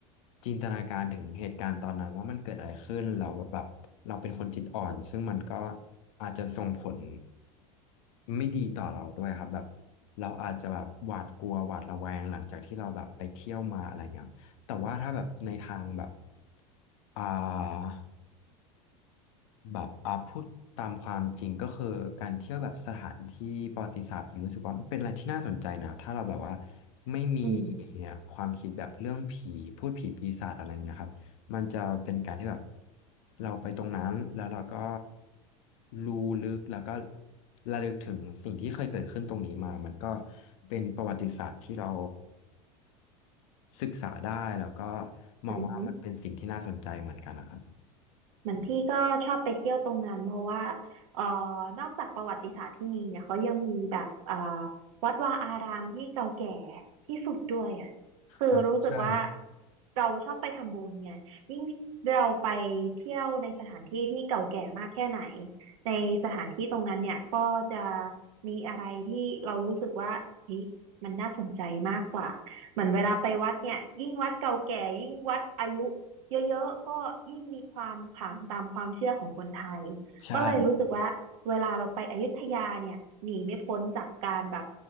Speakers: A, on the left; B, on the right.
A: จินตนาการถึงเหตุการณ์ตอนนั้นว่ามันเกิดอะไรขึ้นเราแบบแบบเราเป็นคนจิตอ่อนซึ่งมันก็อาจจะส่งผลไม่ดีต่อเราด้วยครับแบบเราอาจจะแบบหวาดกลัวหวาดระแวงหลังจากที่เราแบบไปเที่ยวมาอะไรเงี้ยครับแต่ว่าถ้าแบบในทางแบบอ่า แบบอ่าพูดตามความจริงก็คือการเที่ยวแบบสถานที่ประวัติศาสตร์ผมรู้สึกว่ามันเป็นอะไรที่น่าสนใจนะถ้าเราแบบว่าไม่มี
B: อืม
A: เนี่ยความคิดแบบเรื่องผีพูดผีปีศาจอะไรเงี้ยครับมันจะเป็นการที่แบบเราไปตรงนั้นแล้วเราก็รู้ลึกแล้วก็ระลึกถึงสิ่งที่เคยเกิดขึ้นตรงนี้มามันก็เป็นประวัติศาสตร์ที่เราศึกษาได้แล้วก็มองว่ามันเป็นสิ่งที่น่าสนใจเหมือนกันนะครับ
B: อืม เหมือนพี่ก็ชอบไปเที่ยวตรงนั้นเพราะว่าเอ่อนอกจากประวัติศาสตร์ที่มีเนี่ยเขายังมีแบบเอ่อวัดวาอารามที่เก่าแก่ที่สุดด้วยอ่ะคือรู้สึกว่า
A: อ่าใช่
B: เราชอบไปทำบุญไงยิ่งเราไปเที่ยวในสถานที่ที่เก่าแก่มากแค่ไหนในสถานที่ตรงนั้นเนี่ยก็จะมีอะไรที่เรารู้สึกว่าเฮ้ยมันน่าสนใจมากกว่าเหมือนเวลาไปวัดเนี่ยยิ่งวัดเก่าแก่ยิ่งวัดอายุ เยอะๆ ก็ยิ่งมีความขลังตามความเชื่อของคนไทย
A: ใช่
B: ก็เลยรู้สึกว่าเวลาเราไปอยุธยาเนี่ยหนีไม่พ้นจากการแบบ